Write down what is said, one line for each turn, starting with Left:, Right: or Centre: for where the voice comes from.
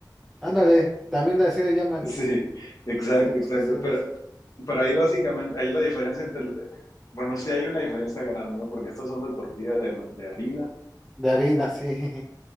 Centre: Ándale, también así le llaman.
Left: <laughs> Sí, exacto,
Centre: Los tacos
Left: exacto.
Centre: paseados.
Left: Pero, pero ahí básicamente, ahí la diferencia entre el- bueno, sí hay una diferencia grande, ¿no? Porque estos son de tortilla de, ma- de harina
Centre: De harina, sí. <laughs>